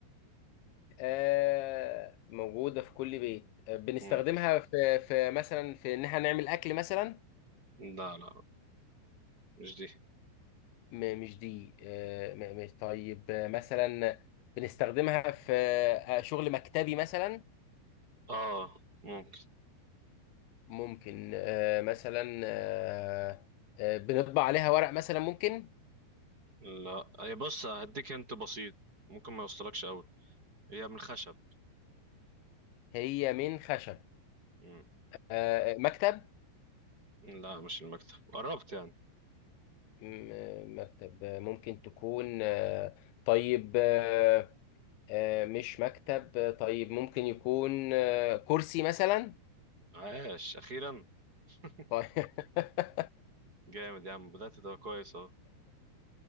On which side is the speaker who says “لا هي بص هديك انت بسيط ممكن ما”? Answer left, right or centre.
Right